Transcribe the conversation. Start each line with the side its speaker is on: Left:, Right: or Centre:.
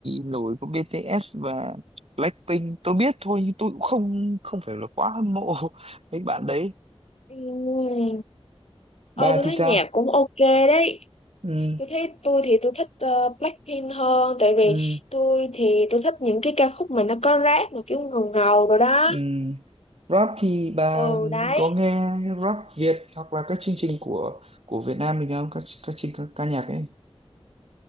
Right: nổi có BTS và Blackpink tôi biết thôi nhưng tôi cũng không không phải là quá hâm mộ <laughs> mấy bạn đấy
Left: Ừ. Ôi
Right: bà
Left: tôi
Right: thì
Left: thấy
Right: sao
Left: nhạc cũng ok đấy
Right: ừ,
Left: Tôi thấy tôi thì tôi thích ờ, Blackpink hơn Tại vì
Right: ừ,
Left: tôi thì tôi thích những cái ca khúc mà nó có rap mà kiểu ngầu ngầu rồi đó
Right: ừ. rap thì bà
Left: Ừ đấy
Right: có nghe rap Việt hoặc là các chương trình của của Việt Nam mình không các các chương ca, ca nhạc ấy